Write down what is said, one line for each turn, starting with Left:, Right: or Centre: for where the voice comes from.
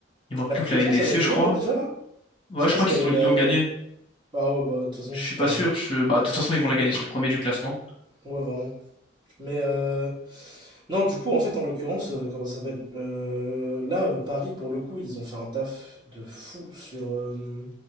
Left: Il manque
Right: La
Left: plus
Right: Coupe
Left: que
Right: de
Left: la
Right: France,
Left: LDC,
Right: elle a eu
Left: je
Right: lieu,
Left: crois.
Right: euh, déjà, là?
Left: Ouais,
Right: Je sais
Left: je
Right: pas
Left: crois
Right: si
Left: qu'ils
Right: la... la-
Left: ont, ils l'ont gagné.
Right: Ah ouais, bah, de toute façon,
Left: Je
Right: c'est
Left: suis pas
Right: pas...
Left: sûr. Je... Bah, de toute façon, ils vont la gagner. Ils sont premiers du classement.
Right: Ouais, vraiment. Mais euh, Non, du coup, en fait, en l'occurrence, euh, comment ça s'appelle? Euh, là, euh, Paris, pour le coup, ils ont fait un taf de fou sur, euh,